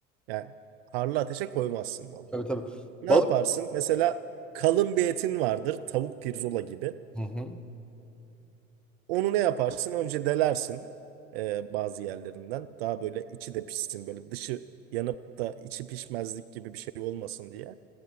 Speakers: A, on the right; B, in the centre.
A: Yani harlı ateşe koymazsın balığı.
B: Tabii tabii.
A: Ne
B: Balık.
A: yaparsın? Mesela kalın bir etin vardır. Tavuk pirzola gibi.
B: Hı hı.
A: Onu ne yaparsın? Önce delersin e, bazı yerlerinden. Daha böyle içi de pişsin. Böyle dışı yanıp da içi pişmezlik gibi bir şey olmasın diye.